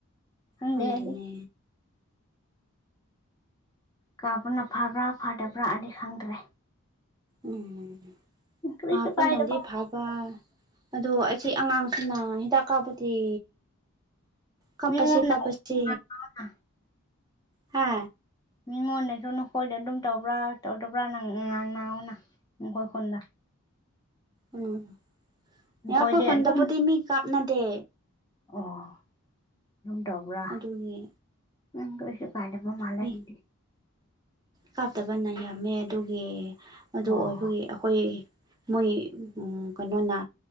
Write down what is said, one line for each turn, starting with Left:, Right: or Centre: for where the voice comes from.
Left: ꯈꯪꯗꯦ
Right: ꯈꯪꯗꯦꯅꯦ
Left: ꯑꯩꯗꯤ ꯀꯥꯞꯄꯅ ꯐꯕ꯭ꯔꯥ ꯐꯗꯕ꯭ꯔꯥ ꯑꯩꯗꯤ ꯈꯪꯗ꯭ꯔꯦ
Right: ꯎꯝ
Left: ꯀꯔꯤꯁꯨ
Right: ꯀꯥꯞꯄꯅꯗꯤ
Left: ꯀꯥꯏꯗꯕ
Right: ꯐ ꯕ ꯑꯗꯣ ꯑꯁꯤ ꯑꯉꯥꯡꯁꯤꯅ ꯍꯤꯗꯥꯛ ꯀꯥꯞꯄꯗꯤ ꯀꯞꯄꯥꯁꯤ
Left: ꯃꯤꯉꯣꯟꯗ
Right: ꯀꯞꯄꯥꯁꯤ
Left: ꯉꯥꯡꯅꯥꯎꯅ
Right: ꯍꯥ
Left: ꯃꯤꯉꯣꯟꯗꯩꯁꯨ ꯅꯈꯣꯏꯗ ꯑꯗꯨꯝ ꯇꯧꯕ꯭ꯔꯥ ꯇꯧꯗꯕ꯭ꯔꯥ ꯅꯪ ꯉꯥꯡ ꯅꯥꯎꯅ ꯅꯈꯣꯏ ꯈꯨꯟꯗ
Right: ꯎꯝ
Left: ꯅꯈꯣꯏꯗꯤ
Right: ꯅꯈꯣꯏ ꯈꯨꯟꯗꯕꯨꯗꯤ
Left: ꯑꯗꯨꯝ
Right: ꯃꯤ ꯀꯥꯞꯅꯗꯦ
Left: ꯑꯣ ꯑꯗꯨꯝ ꯇꯧꯕ꯭ꯔꯥ
Right: ꯑꯗꯨꯒꯤ
Left: ꯎꯝ ꯀꯩꯁꯨ ꯀꯥꯏꯗꯕ ꯃꯥꯜꯂꯦꯗꯨꯗꯤ
Right: ꯃꯤ ꯀꯥꯞꯇꯕꯅ ꯌꯥꯝꯃꯦ ꯑꯗꯨꯒꯤ ꯑꯗꯨ
Left: ꯑꯣ
Right: ꯑꯣꯏꯕꯒꯤ ꯑꯩꯈꯣꯏ ꯃꯣꯏ ꯎꯝ ꯀꯩꯅꯣꯅ